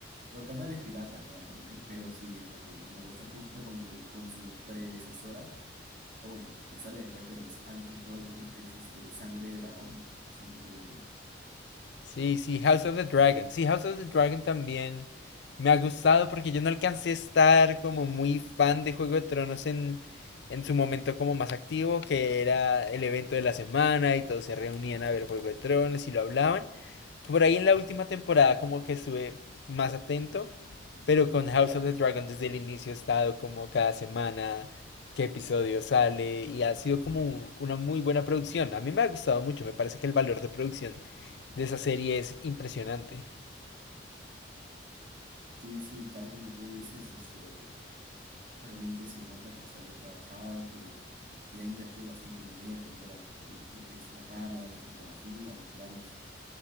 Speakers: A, on the right; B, on the left.
A: por canales piratas realmente. Pero sí, es la que más me gusta junto con, tu, con su predecesora. O bueno, que sale después, pero es antes de Juego de Tronos, que es este Sangre de Dragón, si no me equivoco.
B: Sí, sí, House of the Dragon. Sí, House of the Dragon también me ha gustado porque yo no alcancé a estar como muy fan de Juego de Tronos en, en su momento como más activo, que era el evento de la semana y todos se reunían a ver Juego de Tronos y lo hablaban. Por ahí en la última temporada como que estuve más atento, pero con House of the Dragon desde el inicio he estado como cada semana, qué episodio sale y ha sido como un- una muy buena producción. A mí me ha gustado mucho, me parece que el valor de producción de esa serie es impresionante.
A: Sí, sí, tal como tú dices, este, realmente se nota que está bien trabajado, que, que ha invertido bastante dinero, tanto la- lo que es la cámara, la fotografía, los planos